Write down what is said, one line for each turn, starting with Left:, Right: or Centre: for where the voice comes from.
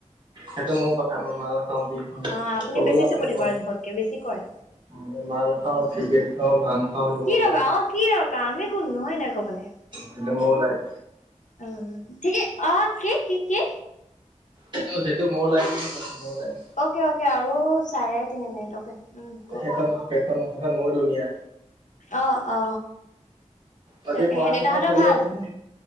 Right: সেইটো মোৰ কথা, মই মাল খাওঁ কি
Left: অ', আপুনি
Right: খাওঁ ক'বলৈ
Left: বেছি চুপতি
Right: কোন?
Left: কৰে জোখতকে, বেছি কৰে।
Right: মই মাল খাওঁ, চিগেট খাওঁ, ভাং খাওঁ সেইটো মোৰ
Left: কি
Right: কথা
Left: দৰকাৰ অ', কি দৰকাৰ, আমি কোননো হয় নাই। কবলে,
Right: সেইটো মোৰ লাইফ।
Left: উ, ঠিকে, অ', কি কি কি?
Right: সটো সেইটো মোৰ লাইফ বুলি কৈছো। মোৰ লাইফ
Left: অকে অকে, আৰু চাৰে তিনি মিনিট অকে। উম কওক।
Right: সেইখন-সেইখন-সেইখন মোৰ দুনীয়া।
Left: অ অ
Right: তাকে
Left: তাকেহে
Right: পঢ়া
Left: দেউতাহঁতৰ
Right: শুনা চলি
Left: ভাল?
Right: আছে নে?